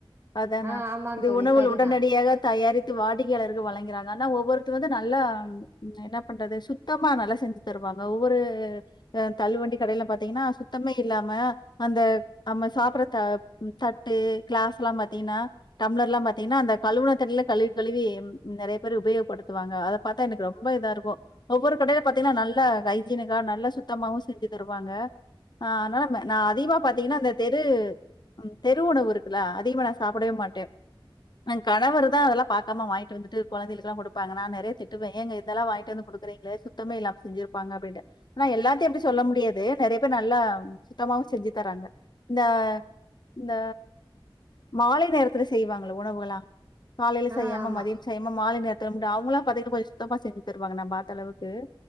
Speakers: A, on the left (about 50°); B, on the right (about 25°).
A: அதானா
B: ஆ ஆமாம்
A: இது
B: தோழி
A: உணவு
B: சரிதா
A: உடனடியாக தயாரித்து வாடிக்கையாளர்கள் வழங்குறாங்க ஆனா ஒவ்வொருத்த வந்து நல்ல என்ன பண்றது சுத்தமா நல்லா செஞ்சு தருவாங்க ஒவ்வொரு தல் வண்டி கடயில பாத்தீங்கன்னா சுத்தமே இல்லாம அந்த நம்ம சாப்படற தட்டு கிளாஸ் எல்லாம் பாத்தீங்கன்னா டம்ளர் எல்லாம் பாத்தீங்கன்னா அந்த கழவுனைத்தடையில கழுவி கழுவி நெறைய பேர் உபயோகப்படுத்துவாங்க அத பாத்தா எனக்கு ரொம்ப இதாக இருக்கும் ஒவ்வொரு கடயில பாத்தீங்கன்னா நல்ல ஹைஜீனிக்கா நல்லா சுத்தமாவும் செஞ்சு தருவாங்க ஆனால நான் அதிகமா பாத்தீங்கன்னா அந்த தெரு தெரு உணவு இருக்குல்லா அதிகமா நான் சாப்படவே மாட்டேன் கணவு தான் அதெல்லாம் பாக்காம வாங்கிட்டு வந்துட்டு குழந்தைகளுக்குல்லாம் கொடுப்பாங்க நான நெறைய திட்டுவேன் எங்க இதெல்லாம்ங்க ந்து கொடுக்குறீங்களே சுத்தமே எல்லாம செஞ்சிருப்பாங்க அப்டின்ட்டு ஆனா எல்லாத்தையும் எப்டி சொல்ல முடியாது நெறைய பேர் நல்லா சுத்தமாவ செஞ்சு தராங்க இந்த இந்த மாலை நேரத்துல செய்வாங்கள உணவுகளா காலையில
B: ஆ
A: செய்யாம
B: ஆமா
A: மதியம் செய்யாம மாலை நிற அவங்களா பதக்க சுத்தமாஞ த்துருப்பாங்கண்ணா பாத்த அளவுக்கு